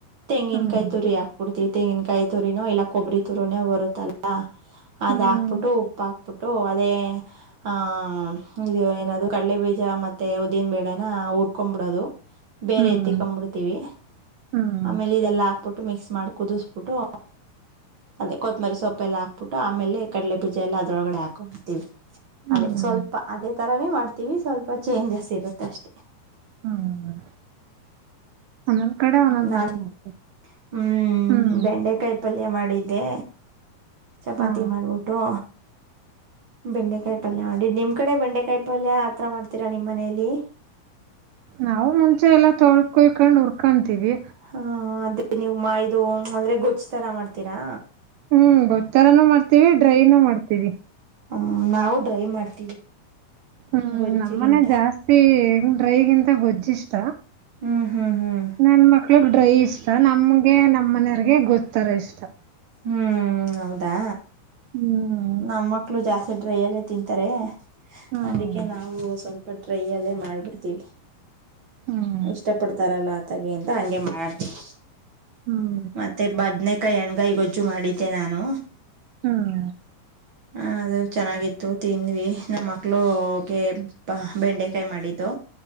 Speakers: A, on the right; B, on the right.
A: ತಂಗಿನಕಾಯ
B: ಹ್ಮ್
A: ತುರಿ ಹಕ್ಬಿಟ್ಟು ತೆಂಗಿನಕಾಯಿ ತುರಿನೋ ಇಲ್ಲ ಕೊಬ್ಬರಿ ತುರಿನೋ ಬರುತ್ತಲ್ಲ ಅದ
B: ಹ್ಮ್
A: ಹಾಕ್ಬಿಟ್ಟು ಉಪ್ಪಾಕ್ ಪಟ್ಟು ಅದೇ ಆ ಇದು ಏನದು ಕಡಲೆ ಬೀಜ ಮತ್ತೆ ಉದ್ದಿನ ಬೇಳೆನಾ ಹುರ್ಕೊಬಿಡೋದು ಬೇರೆ
B: ಹ್ಮ್
A: ಎತ್ತಕೊಂಡ್ಬಿಡ್ತೀವಿ
B: ಹ್ಮ್
A: ಆಮೇಲೆ ಇದೆಲ್ಲ ಆ ಬಿಟ್ಟು ಮಿಕ್ಸ್ ಮಾಡಿ ಕುದಿಸಬಿಟ್ಟು ಅದೇ ಕೊತ್ಮರಿ ಸೊಪ್ಪೆಲ್ಲ ಹಾಕ್ಬಿಟ್ಟು ಆಮೇಲೆ ಕಡಲೆ ಬೀಜ ಎಲ್ಲ ಅದ್ರೊಳಗಡೆ ಹಾಕೊಂತೀವಿ
B: ಹ್ಮ್
A: ಅದೇ ಸ್ವಲ್ಪ ಅದೇ ತರಾನೇ ಮಾಡ್ತೀವಿ ಸ್ವಲ್ಪ ಚೇಂಜಸ್ ಇರುತ್ತ ಅಷ್ಟೇ.
B: ಹ್ಮ್ ಒಂದೊಂದ್ ಕಡೆ ಒಂದೊಂದ್
A: ನಾನ್
B: ತರ ಮಾಡ
A: ಹ್ಮ
B: ಹ್ಮ್
A: ಬೆಂಡೆಕಾಯಿ ಪಲ್ಯ ಮಾಡ ಮಾಡಿದ್ದೆ ಚಪಾತಿ
B: ಹಾ
A: ಮಾಡ್ಬಿಟ್ಟು. ಬೆಂಡೆಕಾಯಿ ಪಲ್ಯ ನೋಡಿ ನಿಮ್ ಕಡೆ ಬೆಂಡೆಕಾಯಿ ಪಲ್ಯ ಆತ್ರ ಮಾಡ್ತೀರಾ ನಿಮ್ ಮನೇಲಿ
B: ನಾವು ಮುಂಚೆ ಎಲ್ಲಾ ತೊಳ್ಕೊಕೊಂಡ್ ಹುರ್ಕಂತೀವಿ
A: ಹ ಅದೇ ನೀವು ಮಾ ಇದು ಅಂದ್ರೆ ಗೊಜ್ಜ ತರ ಮಾಡ್ತೀರಾ
B: ಹ್ಮ್ ಗೊತ್ತರಾನೂ ಮಾಡ್ತೀವಿ ಡ್ರೈನುೂ ಮಾಡ್ತೀವಿ.
A: ಹ್ಮ ನಾವು ಡ್ರೈವ್ ಮಾಡ್ತೀವಿ
B: ಹ್ಮ್
A: ಗೊಜ್ಜಿಗಿಂತ
B: ನಮ್ಮನೆ ಜಾಸ್ತಿ ಡ್ರೈಗಿಂತ ಗೊಜ್ಜಿಷ್ಟ
A: ಹ್ಮ್ ಹ್ಮ್ ಹ್ಮ್
B: ನನ್ ಮಕ್ಳು ಡ್ರೈ ಇಷ್ಟ ನಮಗೆ ನಮ್ಮ ಮನೆಯವರ್ಗೆ ಗೊಜ್ತ್ತರ ಇಷ್ಟ
A: ಹ್ಮ್ ಹೌದಾ
B: ಹ್ಮ್
A: ನಮ್ಮ ಮಕ್ಳು ಜಾಸ್ತಿ ಡ್ರೈಯಲ್ಲೇ ತಿಂತಾರೆ
B: ಹ್ಮ್
A: ಅದಕ್ಕೆ ನಾವು ಸ್ವಲ್ಪ ಟ್ರೈ ಅಲ್ಲೇ ಮಾಡ್ಬಿಡ್ತೀವಿ
B: ಹ್ಮ್
A: ಇಷ್ಟಪಡ್ತಾರಲ್ಲ ಆತಗಿ ಅಂತ ಹಂಗೆ ಮಾಡತಿವಿ
B: ಹ್ಮ್
A: ಮತ್ತೆ ಬದ್ನೇಕಾಯಿ ಎಣ್ಗಾಯಿ ಗೊಜ್ಜು ಮಾಡಿದ್ದೆ ನಾನು.
B: ಹ್ಮ್
A: ಹಾ ಅದೇ ಚೆನ್ನಾಗಿತ್ತು ತಿಂದ್ವಿ ನಮ್ಮ ಮಕ್ಳುಗೆ ಬೆಂಡೆಕಾಯಿ ಮಾಡಿದ್ದು